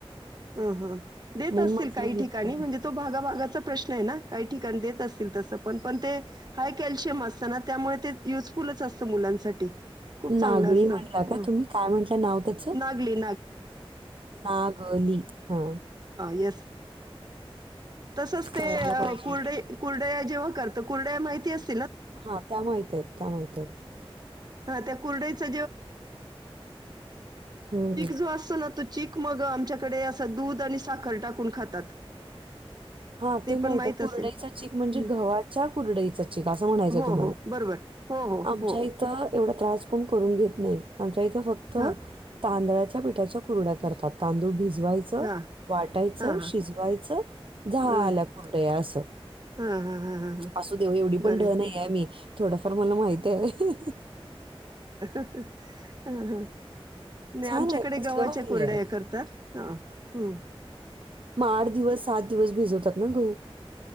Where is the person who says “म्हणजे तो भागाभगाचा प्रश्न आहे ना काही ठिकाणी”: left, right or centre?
Right